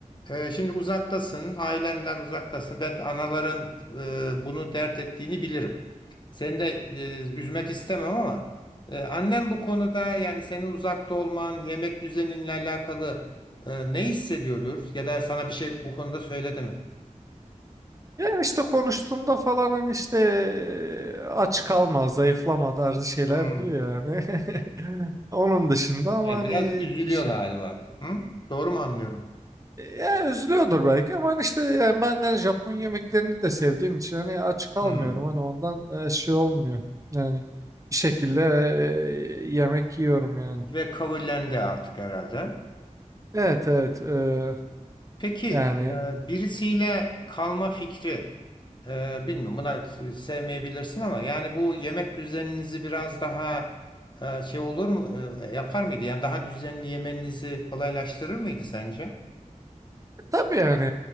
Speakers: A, on the left; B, on the right.
A: Ee, şimdi uzaktasın, ailenden uzaktasın. Ben anaların e, bunu dert ettiğini bilirim. Seni de e, üzmek istemem ama e, annem bu konuda yani senin uzakta olman, yemek düzeninle alakalı e, ne hissediyordur? Ya da sana bir şey bu konuda söyledi mi?
B: Ya işte konuştuğumda falan hani işte e, aç kalma, zayıflama tarzı şeyler
A: Hmm.
B: diyor yani. <laughs> Onun dışında ama
A: Yani
B: hani
A: biraz üzülüyor
B: ş-
A: galiba. Hı? Doğru mu anlıyorum?
B: ya üzülüyordur belki ama hani işte yani ben yani Japon yemeklerini de sevdiğim için hani aç kalmıyorum
A: Hmm.
B: hani ondan e, şey olmuyor. Yani bir şekilde e, yemek yiyorum yani.
A: Ve kabullendi artık herhalde.
B: Evet evet e,
A: Peki
B: yani
A: e, birisiyle kalma fikri e, bilmiyorum buna sevmeyebilirsin ama yani bu yemek düzeninizi biraz daha e, şey olur mu e, yapar mıydı? Yani daha düzenli yemenizi kolaylaştırır mıydı sence?
B: Tabii yani